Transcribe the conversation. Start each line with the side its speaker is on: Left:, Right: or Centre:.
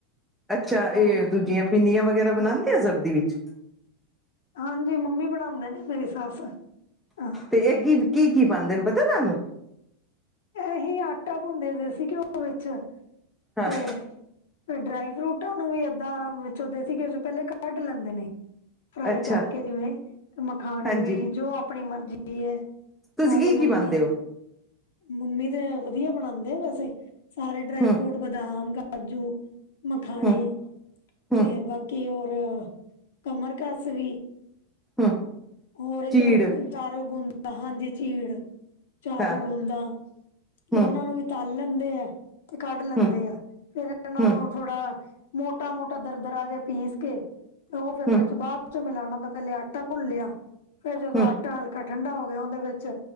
Centre: ਅੱਛਾ ਇਹ
Left: ਹੋ
Centre: ਦੂਜੀਆਂ ਪਿੰਨੀਆਂ ਵਗੈਰਾ ਬਣਾਉਂਦੇ ਔ ਸਰਦੀ ਵਿੱਚ
Left: ਹਾਂਜੀ, ਮੰਮੀ ਬਣਾਉਂਦੇ ਨੇ ਮੇਰੀ ਸੱਸ, ਹ
Centre: ਇਹ ਕੀ, ਕੀ- ਕੀ ਪਾਉਂਦੇ ਨੇ ਪਤਾ ਤੁਹਾਨੂੰ
Left: ਇਹੀ ਆਟਾ ਪੁੰਦੇ ਦੇਸੀ ਘਿਓ ਵਿੱਚ,
Centre: ਹਾਂ
Left: ਤੇ ਫਿਰ ਡਰਾਈ ਫਰੂਟਾਂ ਨੂੰ ਵੀ ਏਦਾਂ, ਵਿੱਚੋਂ ਦੇਸੀ ਘਿਓ ਵਿੱਚੋ ਪਹਿਲੇ ਕੱਢ ਲੈਂਦੇ ਨੇ ਫਰਾਈ
Centre: ਅੱਛਾ
Left: ਕਰਕੇ ਜਿਵੇਂ ਤੇ ਮਖਾਣੇ
Centre: ਹਾਂਜੀ
Left: ਵੀ, ਜੋ ਆਪਣੀ ਮਰਜ਼ੀ ਹੈ
Centre: ਤੁਸੀਂ
Left: ਚਾਰੋਂ
Centre: ਕੀ
Left: ਗੁੰਦ
Centre: ਕੀ ਪਾਨਦੇ ਹੋ
Left: ਮੰਮੀ ਤੇ ਵਧੀਆ ਬਣਾਉਂਦੇ ਆ ਵੈਸੇ, ਸਾਰੇ ਡਰਾਈ
Centre: ਹਮ
Left: ਫਰੂਟ ਬਦਾਮ ਕਾਜੂ ਮਖਾਣੇ
Centre: ਹਮ ਹਮ
Left: ਤੇ ਬਾਕੀ ਹੋਰ ਕਮਰ ਕਸ ਵੀ
Centre: ਹਮ
Left: ਹੋਰ ਇੱਕ
Centre: ਚੀੜ
Left: ਚਾਰੋ ਗੁੰਦਾ ਹਾਂਜੀ ਚੀੜ ਚਾਰੋਂ
Centre: ਹਾਂ
Left: ਗੂੰਦਾਂ ਤੇ
Centre: ਹਮ
Left: ਉਹਨਾਂ ਨੂੰ ਵੀ ਤਲ ਲੈਂਦੇ ਏ ਤੇ ਕੱਢ ਲੈਂਦੇ
Centre: ਹਮ
Left: ਆ ਫਿਰ ਇਹਨਾਂ
Centre: ਹਮ
Left: ਨੂੰ ਥੋੜਾ ਮੋਟਾ ਮੋਟਾ ਦਰ ਦਰਾ ਜੇਹਾ ਪੀਸ ਕੇ ਤੇ ਉਹ ਫਿਰ ਵਿੱਚ
Centre: ਹਮ
Left: ਬਾਅਦ ਚੋਂ ਮਿਲਣਾ ਦਾ ਪਹਲੇ ਆਟਾ ਭੁੰਨ ਲਿਆ ਫੇਰ
Centre: ਹਮ
Left: ਜਦੋਂ ਆਟਾ ਹਲਕਾ ਠੰਢਾ ਹੋ ਗਿਆ ਉਹਦੇ ਵਿੱਚ